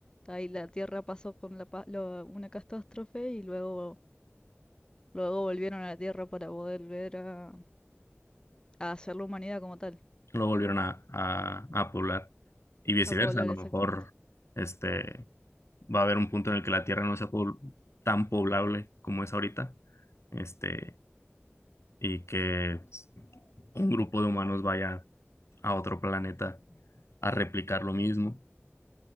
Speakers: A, on the left (about 20°); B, on the left (about 85°).
A: ahí la Tierra pasó con la, pa- lo- una catástrofe y luego, luego volvieron a la Tierra para poder ver a, a hacer la humanidad como tal,
B: lo volvieron a, a, a poblar. Y viceversa,
A: a poblar
B: a lo
A: exactamente.
B: mejor, este... va a haber un punto en el que la Tierra no sea po- tan poblable como es ahorita, este, y que pues, un grupo de humanos vaya a otro planeta a replicar lo mismo.